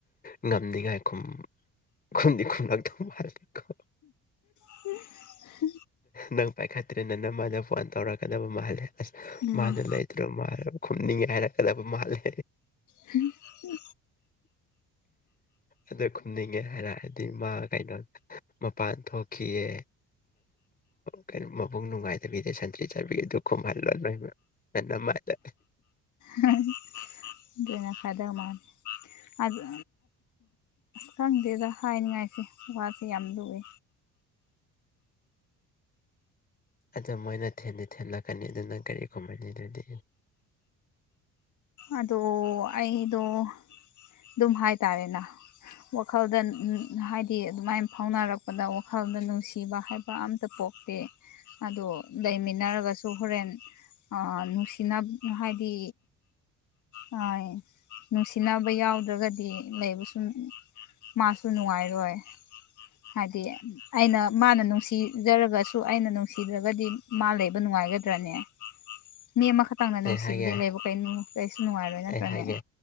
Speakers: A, on the left; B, on the left.
A: ꯉꯝꯅꯤꯡꯉꯥꯏ ꯈꯨꯝ ꯈꯨꯝꯗꯤ ꯈꯨꯝ ꯂꯥꯛꯗꯔꯣ
B: ꯎ
A: ꯅꯪ ꯄꯥꯏꯈꯠꯇ꯭ꯔꯦ ꯅ ꯅ ꯃꯥꯅ ꯐꯣꯟ ꯇꯧꯔꯛꯀꯗꯕ ꯃꯥꯜꯂꯦ ꯑꯁ
B: ꯎꯝ
A: ꯃꯥꯅ ꯂꯩꯇ꯭ꯔꯣ ꯃꯥ ꯈꯨꯝꯅꯤꯡꯉꯥꯏ ꯍꯥꯏꯔꯛꯀꯗꯕ ꯃꯥꯜꯂꯦ
B: ꯍꯝ
A: ꯑꯗ ꯈꯨꯝꯅꯤꯡꯉꯦ ꯍꯥꯏꯔꯛꯑꯗꯤ ꯃꯥ ꯀꯩꯅꯣ ꯃꯄꯥꯟ ꯊꯣꯛꯈꯤꯑ ꯀꯩꯅꯣ ꯃꯕꯨꯡ ꯅꯨꯡꯉꯥꯏꯇꯕꯤꯗ ꯁꯟꯇ꯭ꯔꯤ ꯆꯥꯕꯤꯗꯨ ꯈꯨꯝꯍꯜꯂꯣ ꯅꯣꯏꯕ ꯅꯅ ꯃꯥꯔꯦ
B: ꯍꯝ ꯂꯅ ꯐꯥꯏꯗ ꯑꯃꯥꯟ ꯑꯁ ꯈꯪꯗꯦꯗ ꯍꯥꯏꯅꯤꯡꯉꯥꯏꯁꯤꯦ ꯋꯥꯁꯦ ꯌꯥꯝ ꯂꯨꯏ
A: ꯑꯗꯨꯗ ꯃꯣꯏꯅ ꯊꯦꯟꯗꯤ ꯊꯦꯜꯂꯛꯀꯅꯤ ꯑꯗꯨ ꯅꯪ ꯀꯔꯤꯒꯨꯝꯕꯅꯤ ꯑꯗꯨꯗꯤ
B: ꯑꯗꯣ ꯑꯩꯗꯣ ꯑꯗꯨꯝ ꯍꯥꯏꯇꯥꯔꯦꯅ ꯋꯥꯈꯜꯗ ꯍꯥꯏꯗꯤ ꯑꯗꯨꯃꯥꯏꯅ ꯐꯥꯎꯅꯔꯛꯄꯗ ꯋꯥꯈꯜꯗ ꯅꯨꯡꯁꯤꯕ ꯍꯥꯏ ꯀ ꯑꯃꯇ ꯄꯣꯛꯇꯦ ꯑꯗꯣ ꯂꯩꯃꯤꯟꯅꯔꯒꯁꯨ ꯍꯣꯔꯦꯟ ꯅꯨꯡꯁꯤꯅꯕ ꯍꯥꯏꯗꯤ ꯍ ꯅꯨꯡꯁꯤꯅꯕ ꯌꯥꯎꯗ꯭ꯔꯒꯗꯤ ꯂꯩꯕ ꯁꯨꯝ ꯃꯥꯁꯨ ꯅꯨꯡꯉꯥꯏꯔꯣꯏ ꯍꯥꯏꯗꯤ ꯑꯩꯅ ꯃꯥꯅ ꯅꯨꯡꯁꯤ ꯖꯔꯒꯁꯨ ꯑꯩꯅ ꯅꯨꯡꯁꯤꯗ꯭ꯔꯒꯗꯤ ꯃꯥ ꯂꯩꯕ ꯅꯨꯡꯉꯥꯏꯒꯗ꯭ꯔꯅꯦ ꯃꯤ ꯑꯃꯈꯛ ꯍ ꯇꯥꯡꯅ ꯅꯨꯡꯁꯤꯕꯨꯗꯤ
A: ꯑꯩ ꯍꯥꯏꯒꯦ
B: ꯂꯩꯕ ꯀꯩꯅꯣ ꯀꯩꯁꯨ ꯅꯨꯡꯉꯥꯏꯔꯣꯏ ꯅꯠꯇ꯭ꯔꯅꯦ
A: ꯑꯩ ꯍꯥꯏꯒꯦ